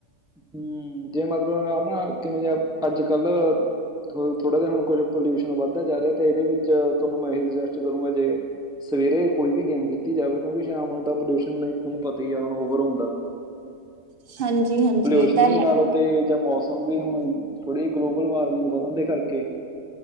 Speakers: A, in the centre; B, on the right.
A: ਹਮ, ਜੇ ਮਤਲਬ ਆਪਣਾ ਕਿਵੇਂ ਅੱਜ ਕੱਲ੍ਹ ਥੋੜਾ ਜਿਹਾ ਹੁਣ ਕੁਛ ਪੋਲਿਊਸ਼ਨ ਵੱਧਦਾ ਜਾ ਰਿਹਾ, ਤੇ ਇਹਦੇ ਵਿੱਚ ਤੁਹਾਨੂੰ ਮੈਂ ਇਹੀ ਸੁਜੈਸਟ ਕਰੂੰਗਾ, ਜੇ ਸਵੇਰੇ ਕੋਈ ਵੀ ਗੇਮ ਕੀਤੀ ਜਾਵੇ ਕਿਉਂਕਿ ਸ਼ਾਮ ਨੂੰ ਤਾਂ ਪੋਲਿਊਸ਼ਨ ਆਪਨੂੰ ਪਤਾ ਹੀ ਆਉਣ ਓਵਰ ਹੁੰਦਾ।
B: ਹਾਂਜੀ-ਹਾਂਜੀ
A: ਪੋਲਿਊਸ਼ਨ
B: ਇਹ ਤਾਂ ਹੈ।
A: ਵੀ ਲਾ ਲੋਓ ਤੇ ਜਾਂ ਮੌਸਮ ਨਹੀਂ ਹੁਣ ਥੋੜ੍ਹੀ ਗਲੋਬਲ ਵਾਰਮਿੰਗ ਵੱਧਣ ਦੇ ਕਰਕੇ